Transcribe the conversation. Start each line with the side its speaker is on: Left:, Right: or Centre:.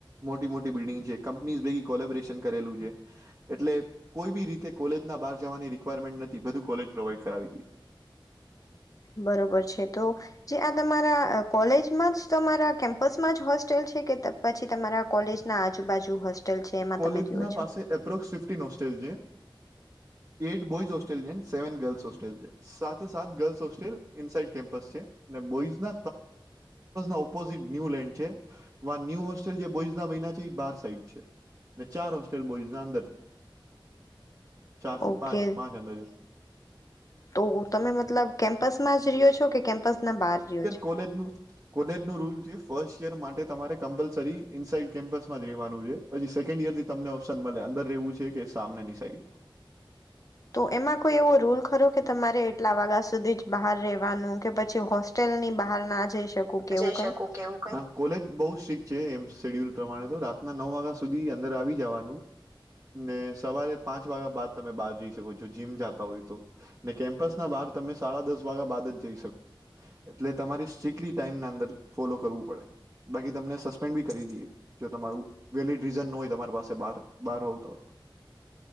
Right: મોટી મોટી બિલ્ડંગ છે કંપની ભેગ કોલેબોરેશન કરેલું છે એટલે કોઈ બી રીતે કોલેજ ના બહાર જવાની રિક્વાયરમેન્ટ નથી બધું કોલેજ પ્રોવાઈડ કરાવી દ
Left: બરોબર છે તો જે આ તમારા કોલેજમાં જ તમારા કેમ બસમાં જ હોસ્ટેલ છે કે પછી તમારા કોલેજ ના આજુબાજુ હોસ્ટેલ છે એમાં
Right: કોલેજ
Left: તમે રહ્યો
Right: ના
Left: છો
Right: પાસે એપ્રોક્સ ફિફ્ટીન હોસ્ટેલ છે એટ બોઝ હો હોલ સેવ ગ હોલ છે સાથે ગર્લ્સ હોેલ ઇ સાડ કેમ્પ છે બોઝન હોલમ્પ ઓોઝટ ન્યુ લન્ડ છે ન્યુ હોસ્ટલ જે બોઝ છે બાર સાડ છે અને ચાર હોસ્ટેલ બોઈઝના અંદર છે ચારથી
Left: ઓકે
Right: પાંચ પાંચ અંદજ
Left: તો તમે મતલબ કેમ્પસમાં જ રહ્યો છો કે કેમ્પસના બહાર રહ્યો છો
Right: કો કોલે રૂલ છે ર માટે તમારે કમ્પલસરી ઇનસાઇડ કેમ્પસમાં જ રહેવાનું છે પછી સેકન્ડ ઈયર થી તમને ઓપ્શન મળે અંદર રહેવું છે કે સામનની સાઈડમાં
Left: તો એમાં કોઈ એવો રૂલ ખરો કે તમારે એટલા વાગા સુધી જ બહાર રહેવાનું કે પછી હોસ્ટેલની બહાર ના જઈ શકું કે
Right: જઈ
Left: એવું કંઈ
Right: શક કેવું ક કોલેજ બ છે એમ શેડ્યુલ પ્રમાણે તો રાતના નવ વાગ્યા સુધી અંદર આવી જવાનું ને સવારે પાંચ વાગ્યા બાદ તમે બહાર જઈ શકો છો જીમ જતા હોય તો ને કેમ્પસ ના બહાર તમે સાડા દસ વાગ્યા બાદ જ જઈ શકો એટલે તમારી સ્ટલી ટાઈમ અંદર ફોલો કરવું પડે બાકી તમને સસ્પેન્ડ બી કરી દઈએ જો તમારું વેલીિડ રીઝન ન હોય તમારી પાસે બાર બહાર હો તો હો